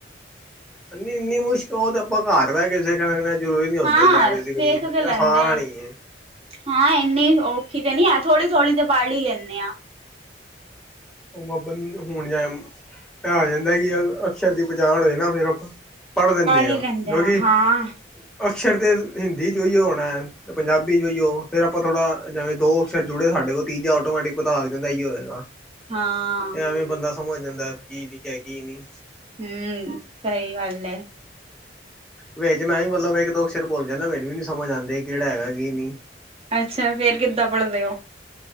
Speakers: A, in the centre; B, on the right.
A: ਇੰਨੀ-ਇੰਨੀ ਮੁਸ਼ਕ ਓ ਤਾ ਆਪਾਂ ਘਾਰ ਬੈ ਕੇੇ ਸਿ ਖ ਸਕਦੇ ਜ਼ਰੂਰੀ ਨੀ ਉਥੇ
B: ਹਾਂ
A: ਜਾ ਕੇ ਸਿੱਖਣੀ
B: ਸਿੱਖ ਤੇ
A: ਏ
B: ਲੈਂਦੇ
A: ਆਸਾਨ ਈ ਏ।
B: ਹਾਂ ਇੰਨੀ ਔਖੀ ਤੇ ਨੀ ਹੈ ਥੋੜੀ-ਥੋੜੀ ਤੇ ਪੜ ਈ ਲੈਂਣੇ ਆਂ।
A: ਓ ਅਪਣ ਹੁਣ ਜਾ ਐ ਹੋ ਜਾਂਦਾ ਕਿ ਅਕਸ਼ਰ ਦੀ ਪਛਾਣ ਹੋਏ ਨਾ ਫਿਰ ਆਪਾਂ ਪੜ੍ਹ ਲੈਣੇ ਆਂ
B: ਹੀ ਲੈਂਦੇ
A: ਜੋ
B: ਆ
A: ਕਿ
B: ਹਾਂ।
A: ਅਕਸ਼ਰ ਤੇ ਹਿੰਦੀ 'ਚ ਉਹੀ ਹੋਣਾ। ਤੇ ਪੰਜਾਬੀ 'ਚ ਵੀ ਉਹੀਉ ਫਿਰ ਆਪਾਂ ਥੋੜ੍ਹਾ ਜਵੇਂ ਦੋ ਅਕਸ਼ਰ ਜੁੜੇ ਸਾਡੇ ਕੋਲ ਤੀਜਾ ਆਟੋਮੈਟਿਕ ਪਤਾ ਲੱਗ ਜਾਂਦਾ ਇਹੀ ਹੋਏਗਾ।
B: ਹਾਂ।
A: ਤੇ ਐਵੇਂ ਬੰਦਾ ਸਮਝ ਜਾਂਦਾ ਕੀ ਲਿਖਿਆ ਕੀ ਨਈ।
B: ਹੂੰ ਸਈ ਗੱਲ ਏ।
A: ਵਿੱਚ ਮੈਂ ਵੀ ਮਤਲਬ ਇੱਕ ਦੋ ਅਕਸਰ ਭੁੱਲ ਜਾਂਨਾ ਮੈਨੂੰ ਵੀ ਨੀ ਮੈਨੂੰ ਆਂਦੇ ਕੇੜਾ ਹੈਗਾ ਕੀ ਨੀ।
B: ਅੱਛਾ ਫੇਰ ਕਿੱਦਾਂ ਪੜਦੇ ਓ।